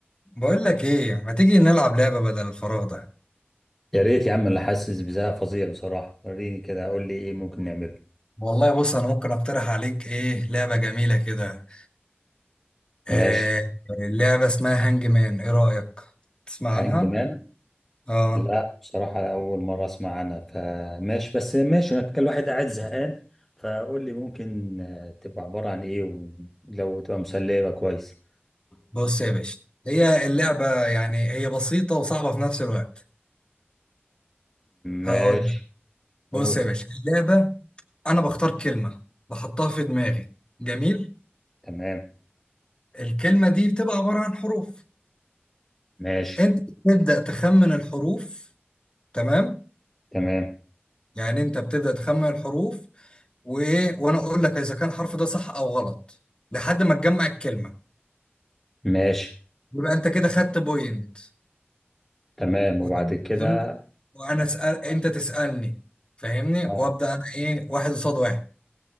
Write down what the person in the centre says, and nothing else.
يا ريت يا عم انا حاسس بزهق فظيع بصراحة وريني كده قول لي ايه ممكن نعمله
ماشي
هانج
مان
لا بصراحة أول مرة أسمع عنها فماشي بس ماشي أنا كان الواحد قاعد زهقان فقول لي ممكن آه، تبقى عبارة عن إيه ولو تبقى مسلية يبقى كويس
ماشي
قول
تمام
ماشي
تمام
ماشي
تمام
وبعد كده
آه
آه،